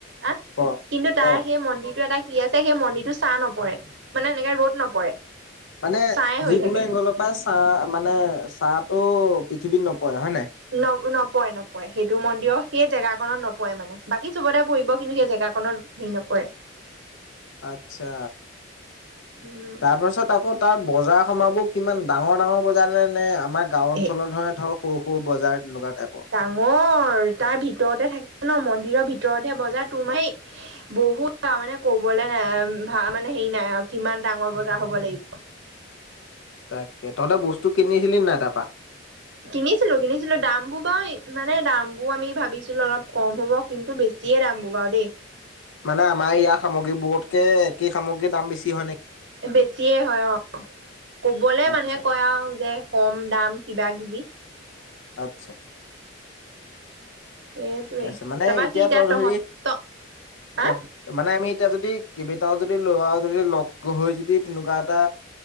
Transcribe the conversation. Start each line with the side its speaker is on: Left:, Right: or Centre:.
Right: আ'
Left: ক
Right: কিন্তু তাৰ
Left: ক
Right: সেই মন্দিৰটো এটা- কি আছে সেই মন্দিৰটো চাহ নপৰে, মানে এনেকে ৰ'দ নপৰে।
Left: মানে,
Right: ছাঁয়ে হৈ
Left: যিকোনো
Right: থাকে
Left: এংগলৰ পৰা চাহ মানে চাহ টো পৃথিৱীত নপৰে হয় নাই।
Right: ন-নপৰে-নপৰে, সেইটো মন্দিৰ সেই জেগাখননত নপৰে মানে। বাকী চবতে পঢ়িব কিন্তু সেই জেগাখনত- হেৰি নপৰে।
Left: আচ্ছা।
Right: উম
Left: তাৰপাছত- আকৌ তাৰ বজাৰ সমাবোৰ কিমান ডাঙৰ-ডাঙৰ বজাৰ নে-নে আমাৰ গাওঁ অঞ্চলৰ
Right: এ
Left: ধৰ- ধৰ সৰু-সৰু বজাৰ তেনেকুৱা টাইপৰ।
Right: অঁ', তাৰ ভিতৰতে থাকে ন' মন্দিৰৰ ভিতৰতে বজাৰ তোৰ বহুত তাৰ মানে কবলৈ নাই আৰু মানে হেৰি নাই আৰু কিমান ডাঙৰ বজাৰ হ'ব লাগিব।
Left: তাকে, তহঁতে বস্তু কিনিছিলি নাই তাপা?
Right: কিনিছিলো-কিনিছিলো। দামবোৰ বাৰু মানে দাম বোৰ আমি ভাবিছিলো অলপ কম হ'ব। কিন্তু বেছিয়ে দাববো বাও দেই
Left: মানে আমাৰ ইয়াৰ সামগ্ৰী বোৰত কে একেই সামগ্ৰীৰ দাম বেছি হয় নেক
Right: বেছিয়ে হয় অ'কবলে
Left: আচ্ছা
Right: মানুহে কয় আৰু যে কম-দাম কিবা কিবি
Left: আটচ্ছা
Right: সেইটোৱে
Left: ঠিকে আছে মানে
Right: তাৰপৰা
Left: এতিয়া
Right: কি
Left: তই
Right: তহ
Left: ধৰি
Right: ত
Left: ক
Right: হা
Left: মানে আমি এতিয়া যদি কেইবটাও যদি লৱা যদি লগ হৈ যদি তেনেকুৱা এটা